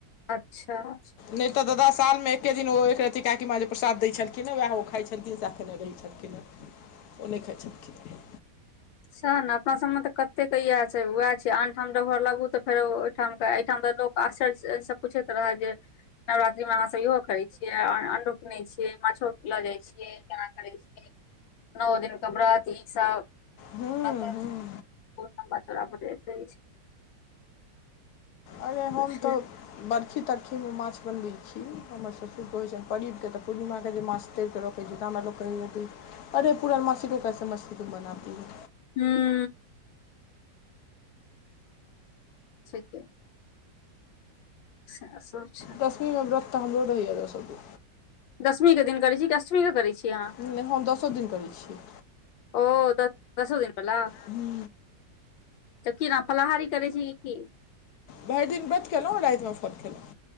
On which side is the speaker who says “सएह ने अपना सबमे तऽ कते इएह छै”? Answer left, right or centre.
Left